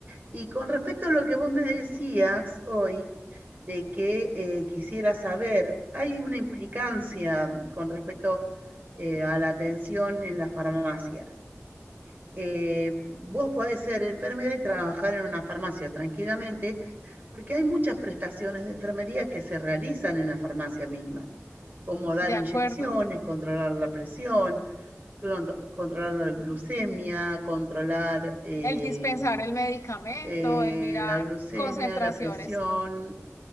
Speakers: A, on the right; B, on the left.
A: Y con respecto a lo que vos me decías hoy, de que eh, quisiera saber, hay una implicancia con respecto eh, a la atención en las farmacias. eh, vos podés ser enfermera y trabajar en una farmacia tranquilamente, porque hay muchas prestaciones de enfermería que se realizan en la farmacia misma, como dar
B: de
A: inyecciones,
B: acuerdo.
A: controlar la presión, clonto- controlar la glucemia, controlar eh,
B: El dispensar el medicamento,
A: eh,
B: el mirar
A: la glucemia,
B: concentraciones.
A: la presión,